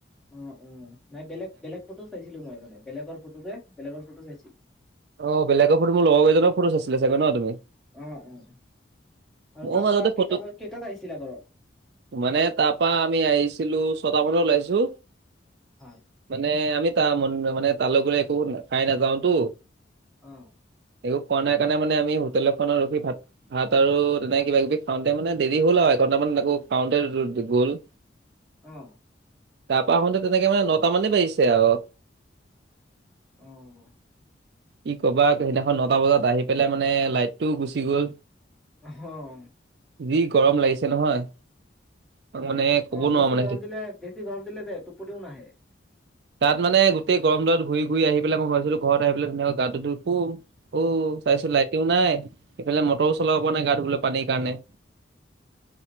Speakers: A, in the centre; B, on the right.
A: অ অ নাই বেলেগ-বেলেগ ফটো চাইছিলো মই মানে, বেলেগৰ ফটো যে, বেলেগৰ ফটো চাইছিলো৷
B: অ' বেলেগৰ ফটো মোৰ লগৰ কেইজনৰ ফটো চাইছিলা চাগে ন' তুমি?
A: অ' অ'। আৰু
B: মউ
A: তাৰ
B: মাজতে
A: পৰা
B: ফটো
A: কেইটা কেইটাত আহিছিলা ঘৰত
B: মানে তাৰ পৰা আমি আহিছিলো ছটা মানত ওলাইছো,
A: হয়
B: মানে আমি মানে তালে গ'লে একো খাই নাযাওতো।
A: অ'।
B: একো খোৱা নাই কাৰণে মানে আমি হোটেল এখনত ৰখি ভাত, ভাত আৰু তেনেকে কিবা কিবি খাওঁতে মানে দেৰি হ'ল আৰু এঘণ্টামান। আকৌ কাউণ্টাৰ গ'ল।
A: অ'।
B: তাৰ পৰা আহোতে তেনেকে মানে নটা মানেই বাজিছে আৰু।
A: অ'।
B: ই ক'বাত সেইদিনাখন নটা বজাত আহি পেলাই মানে, লাইটটোও গুচি গ'ল৷
A: অ'।
B: যি গৰম লাগিছে নহয়৷ তাক মানে ক'ব
A: অ',
B: নোৱাৰো
A: বেছি
B: মানে
A: গৰম
B: সেইটো
A: দিলে, বেছি গৰম দিলে যে টোপনিও নাহে৷
B: তাত মানে গোটেই গৰম ডালত ঘূৰি ঘুৰি আহি পেলাই মই ভাবিছিলোঁ ঘৰত আহি পেলাই ধুনীয়াকে গাটো ধুই শুম, অ', চাইছোঁ লাইটোও নাই৷ এফালে মটৰো চলাব পৰা নাই গা ধুবলৈ পানীৰ কাৰণে৷